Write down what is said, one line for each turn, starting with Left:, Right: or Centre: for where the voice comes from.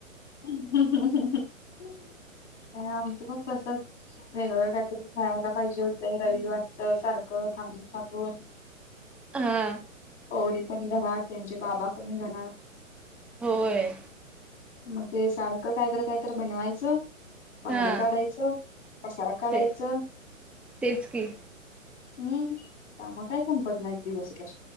Left: ह् ह ह. आमचं पण तसच वेगवेगळं काहीतरी खेळायला पाहिजे होतंय रविवारच सारखं. थांब सगून.
Centre: हा.
Left: गौरी पण घरात. त्यांचे बाबा पण घरात.
Centre: होय.
Left: मग ते सारखं कायत कायत बनवायचं. भांडी
Centre: हा
Left: काढायचं कसाळा काढायचं.
Centre: ते तेच की
Left: हम् काम काय संपत नाही एक दिवस क